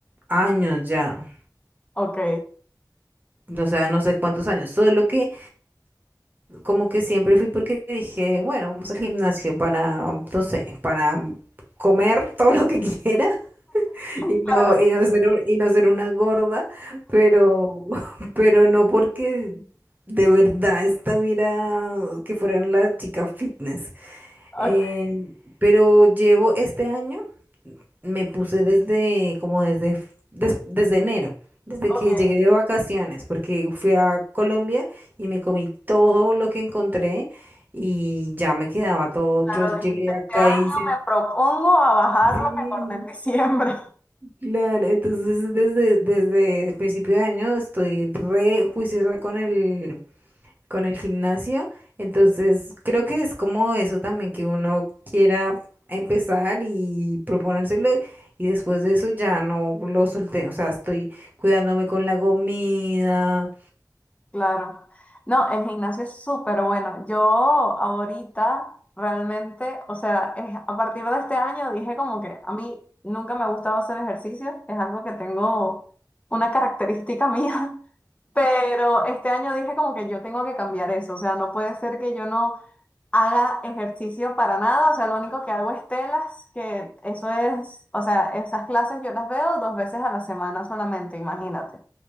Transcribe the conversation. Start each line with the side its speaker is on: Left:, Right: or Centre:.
Right: años ya,
Left: Ok.
Right: o sea, no sé cuántos años, solo que... como que siempre fui porque dije, bueno, vamos al gimnasio para, no sé, para comer todo lo que quiera <laughs>
Left: Claro,
Right: y no, y no ser, un- y no ser una gorda, pero, <laughs> pero no porque de verdad estuviera, que fueran la chica fitness.
Left: Ok,
Right: Eh, pero llevo este año me puse desde, como desde, f- des- desde enero, desde
Left: ok.
Right: que llegué de vacaciones, porque fui a Colombia y me comí todo lo que encontré y ya me quedaba todo.
Left: Claro,
Right: Yo llegué
Left: dijiste,
Right: acá
Left: este año
Right: y hice,
Left: me propongo a bajar
Right: sí,
Left: lo que engordé en diciembre.
Right: claro. Entonces, desde, desde principio de año estoy re juiciosa con el, con el gimnasio. Entonces, creo que es como eso también, que uno quiera empezar y proponérselo y después de eso ya no lo solté. O sea, estoy cuidándome con la comida.
Left: Claro. No, el gimnasio es súper bueno. Yo ahorita realmente, o sea, es- a partir de este año dije como que a mí nunca me ha gustado hacer ejercicio, es algo que tengo una característica mía, <laughs> pero este año dije como que yo tengo que cambiar eso, o sea, no puede ser que yo no haga ejercicio para nada, o sea, lo único que hago es telas, que eso es, o sea, esas clases yo las veo dos veces a la semana solamente, imagínate.